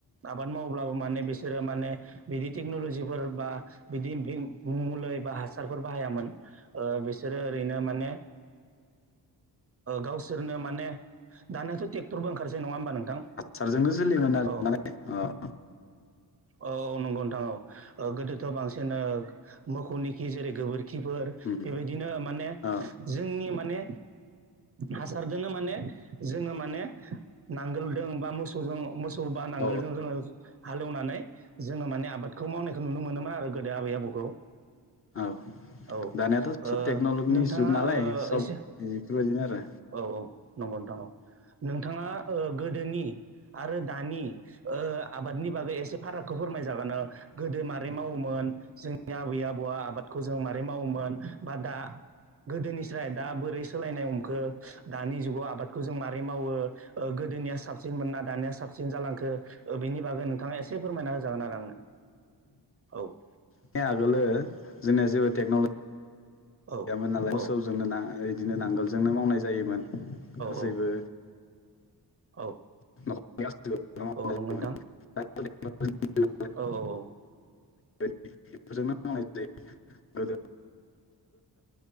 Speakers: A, on the right; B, on the left.
A: आबाद मावोब्लाबो माने बिसोरो माने बिदि टेकनलजिफोर बा बिदि मल बा हासारफोर बाय हायामोन बिसोरो ओरैनो माने गावसोरनो माने दानायाथ' ट्रेक्टरबो ओंखारसै नङा होमबा नोंथां
B: सारजोंनो सोलियोमोन आरो
A: औ
B: नालाय अ
A: औ नंगौ नोंथां औ। गोदोथ' बांसिन मोसौनिखि जेरै गोबोर खिफोर
B: उम
A: बेबायदिनो माने
B: औ
A: जोंनि माने हासारजों माने जोङो माने नांगोलजों बा मोसौजों मोसौ खौ बा नांगोलजों
B: औ
A: जोङो हालेवनानै जोङो माने आबादखौ मावनायखौ नुनो मोनोमोन आरो गो दो आबै आबौखौ
B: औ
A: औ ओ
B: दानियाथ' सब टेक्न'लजिनि
A: नों
B: जुग
A: नोंथांङा
B: नालाय
A: ओ
B: सब
A: एसे
B: बेफोरबायदिनो आरो
A: औ औ नंगौ नोंथां नोंथ बिथाङा गोदोनि आरो दानि आबादनि बागै एसे फारागखौ फोरमायजागोन नों गोदो मारै मावोमोन जोंनि आबै आबौआ आबादखौ जों मारै ब्रै मावोमोन बा दा गोदोनिफ्रायाय दा बोरै सोलायनाय हमखो। दानि जुगाव आबादखौ जों माबोरै मावो। ओ गोदोनिया साबसिन मोना दानिया साबसिन जालांखो ओ बेनि बागै नोंथाङा एसे फोरमायना होजागोन आरो आंनो। औ
B: बे आगोलो जोंनिया जेबो टेक्न'लजि
A: औ
B: गैयामोन
A: औ
B: नालाय मोसौजोंनो बिदिनो नांगोलजोंनो मावनाय जायोमोन। गासैबो
A: औ औ।
B: <unintelligible>
A: औ नंगौ नोंथां।
B: <unintelligible>
A: औ औ औ
B: बेफोरजोंनो मावनाय जायो